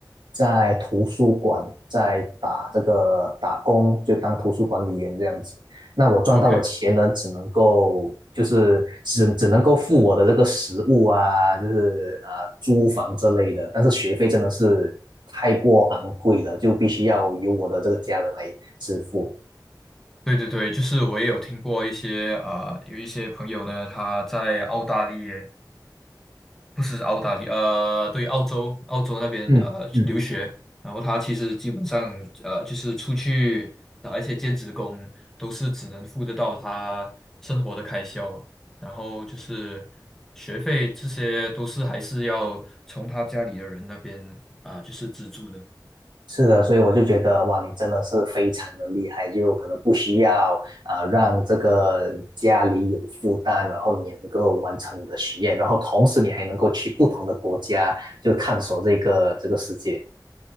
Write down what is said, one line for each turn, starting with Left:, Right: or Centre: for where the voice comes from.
Right: 在图书馆在打这个打工，就当图书管理员这样子。那我赚到的钱呢，
Centre: OK。
Right: 只能够就是只只能够付我的这个食物啊，就是啊租房这类的，但是学费真的是太过昂贵了，就必须要由我的这个家人来支付。
Centre: 对对对，就是我也有听过一些呃，有一些朋友呢，他在澳大利亚，不是澳大利亚，呃，对，澳洲，澳洲那边呃留学，
Right: 嗯嗯，
Centre: 然后他其实基本上呃就是出去打一些兼职工，都是只能付得到他生活的开销啊，然后就是学费这些都是还是要从他家里的人那边啊、就是资助的。
Right: 是的，所以我就觉得哇，你真的是非常的厉害，就可能不需要啊让这个家里有负担，然后你也能够完成你的学业，然后同时你还能够去不同的国家就探索这个这个世界。